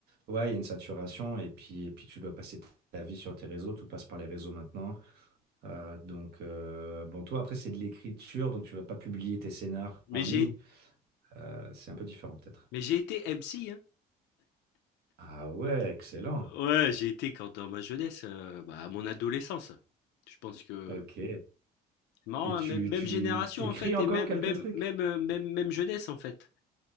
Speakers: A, on the right (about 70°); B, on the left (about 85°).
A: Ouais, il y a une saturation et puis, et puis tu dois passer ta vie sur tes réseaux, tout passe par les réseaux maintenant. Euh, donc, euh, bon, toi, après, c'est de l'écriture, donc tu vas pas publier tes scénars
B: Mais
A: en ligne.
B: j'ai
A: Euh, c'est un peu différent, peut-être.
B: mais j'ai été MC, hein.
A: Ah ouais, excellent.
B: Ouais, j'ai été quand dans ma jeunesse, heu, bah, à mon adolescence. Je pense que
A: Ok.
B: C'est marrant,
A: Et tu,
B: hein, même, même
A: tu
B: génération
A: t'écris
B: en fait
A: encore
B: et même
A: quelques
B: même
A: trucs?
B: même euh, même même jeunesse en fait.